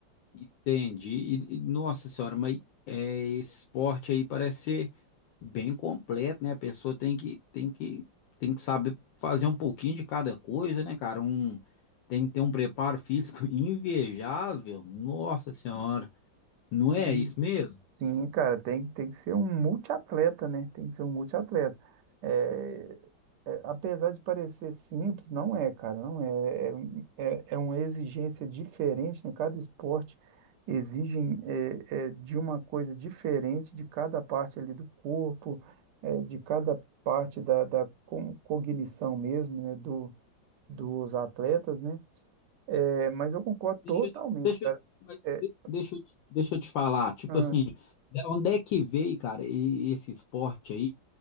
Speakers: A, on the left; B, on the right.
A: Entendi. E, e, nossa senhora, mas é, esse esporte aí parece ser bem completo, né? A pessoa tem que, tem que, tem que saber fazer um pouquinho de cada coisa, né, cara? Um, tem que ter um preparo físico <laughs> invejável. Nossa senhora, não é
B: Sim,
A: isso mesmo?
B: Sim, cara, tem, tem que ser um multiatleta, né? Tem que ser um multiatleta. É, é, apesar de parecer simples, não é, cara, não é. É, é, é uma exigência diferente, né? Cada esporte exige é, é, de uma coisa diferente de cada parte ali do corpo, é, de cada parte da, da co- cognição mesmo, né? Do, dos atletas, né? É, mas eu concordo totalmente,
A: Deixa eu te, deixa
B: cara.
A: eu, mas
B: É,
A: de- deixa eu te, deixa eu te falar, tipo
B: ah,
A: assim, da onde é que veio, cara, e- esse esporte aí?